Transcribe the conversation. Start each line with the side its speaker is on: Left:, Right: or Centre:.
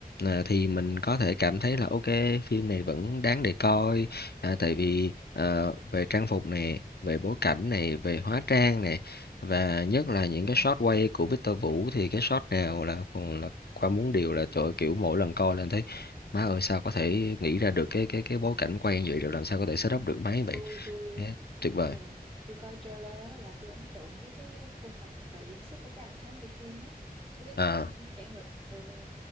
Left: à, thì mình có thể cảm thấy là ok phim này vẫn đáng để coi À,
Right: Ừ.
Left: tại vì ờ, về trang phục này, về bối cảnh này, về hóa trang này và nhất là những cái
Right: Ừ.
Left: shot quay của Victor Vũ thì cái shot nào là còn là qua muốn điều là trời ơi, kiểu mỗi lần coi lên thấy má ơi sao có thể
Right: Ừ.
Left: nghĩ ra được cái cái cái bối cảnh quay như vậy rồi làm sao có thể setup được máy vậy
Right: tôi tôi
Left: Thế tuyệt vời
Right: ờ tôi coi trailer á là tôi ấn tượng với cái khuôn mặt ờ, diễn xuất của cái anh Thám Tử Kiên á với cái
Left: à
Right: cảnh anh chạy ngựa ờ,